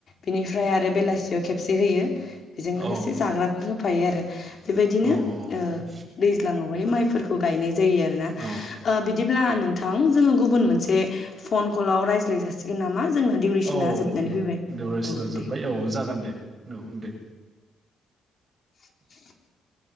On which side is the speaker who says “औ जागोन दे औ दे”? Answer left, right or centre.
Right